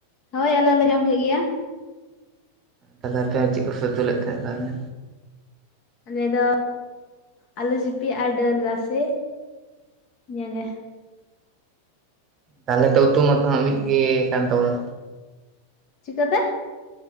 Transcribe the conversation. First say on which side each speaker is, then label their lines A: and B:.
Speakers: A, on the left; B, on the right.
A: ᱦᱳᱭ ᱟᱞᱮ ᱦᱚᱞᱮ ᱡᱚᱢ ᱠᱮᱜ ᱜᱮᱭᱟ᱾
B: ᱛᱟᱦᱞᱮ ᱟᱯᱮ ᱟᱨ ᱪᱮᱫ ᱠᱚ ᱯᱮ ᱩᱛᱩ ᱞᱮᱫ ᱛᱟᱦᱞᱮ?
A: ᱟᱞᱮ ᱫᱚ ᱟᱹᱞᱩ ᱥᱤᱯᱤ ᱟᱨ ᱰᱟᱹᱞ ᱨᱟᱥᱮ ᱤᱧᱟᱹᱜᱮ᱾
B: ᱛᱟᱦᱚᱞᱮ ᱛᱟᱹᱣ ᱛᱚ ᱢᱛᱚᱱ ᱢᱤᱫ ᱜᱮ ᱠᱟᱱ ᱛᱟᱵᱚᱱᱟ
A: ᱪᱤᱠᱟᱹᱛᱮ